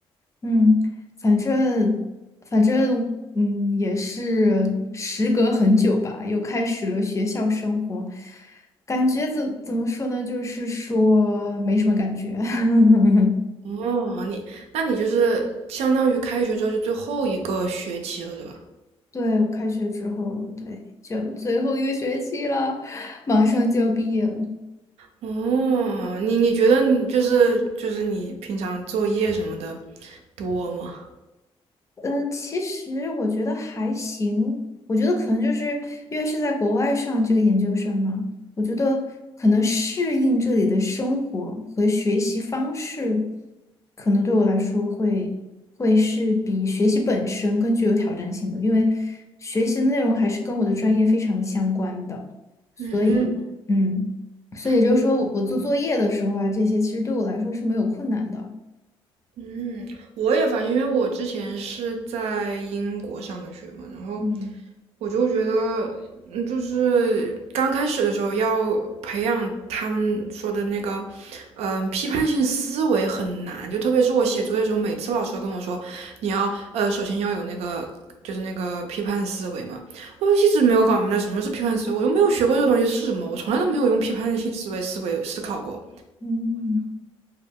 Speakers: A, on the left; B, on the right.
A: 嗯，反正反正，嗯，也是时隔很久吧，又开始了学校生活，感觉怎怎么说呢？就是说没什么感觉。<laughs>
B: 哦，你那你就是相当于开学之后就最后一个学期了，对吧？
A: 对，我开学之后，对，就最后一个学期了，马上就要毕业了。
B: 哦，你你觉得你就是就是你平常作业什么的多吗？
A: 嗯，其实我觉得还行。我觉得可能就是因为是在国外上这个研究生嘛，我觉得可能适应这里的生活和学习方式，可能对我来说会会是比学习本身更具有挑战性的，因为学习的内容还是跟我的专业非常相关的，所以嗯，
B: 嗯，
A: 所以也就是说我做作业的时候啊，
B: 我。
A: 这些其实对我来说是没有困难的。
B: 嗯，我也发现，因为我之前是在英国上的学嘛，然后
A: 嗯
B: 我就觉得，嗯，就是刚开始的时候要培养他们说的那个，嗯、批判性思维很难，就特别是我写作业的时候，每次老师都跟我说，你要呃，首先要有那个。就是那个批判思维嘛，我一直没有搞明白什么是批判思维，我又没有学过这个东西是什么，我从来都没有用批判性思维思维思考过。
A: 嗯。